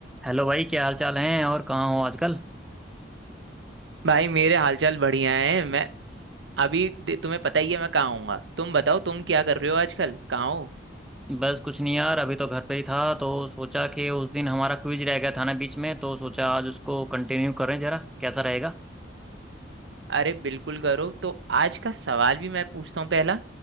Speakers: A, in the centre; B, on the right (about 80°).
A: Hello भाई क्या हाल चाल हैं और कहाँ हो आजकल
B: भाई मेरे हालचाल बढ़िया है मैं अभी दे- तुम्हें पता ही है मैं कहाँ हूँगा तुम बताओ तुम क्या कर रहे हो आजकल कहाँ हो
A: बस कुछ नहीं यार अभी तो घर पे ही था तो सोचा कि उस दिन हमारा क्विज रह गया था ना बीच में तो सोचा आज उसको कंटिन्यू करें जरा कैसा रहेगा
B: अरे बिल्कुल करो तो आज का सवाल भी मैं पूछता हूँ पहला